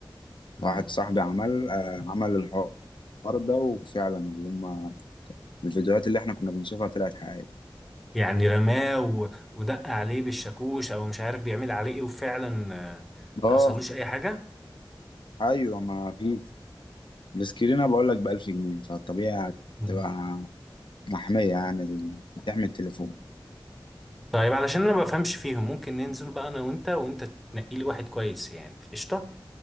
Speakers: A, in the centre; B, on the left.
A: مم.
B: واحد صاحبي عمل آه عمل الحوار ده وفعلا اللي هم الفيديوهات اللي احنا كنا بنشوفها طلعت حقيقية
A: يعني رماه و- ودق عليه بالشاكوش او مش عارف بيعمل عليه ايه وفعلا آه، ما
B: اه
A: حصلوش اي حاجه
B: ايوه ما في السكرينة بقول لك ب 1000 جنيه فالطبيعي
A: مم.
B: هتبقى محمية يعني بتحمي التليفون
A: طيب علشان انا ما بفهمش فيهم ممكن ننزل بقى انا وانت وانت تنقي لي واحد كويس يعني قشطه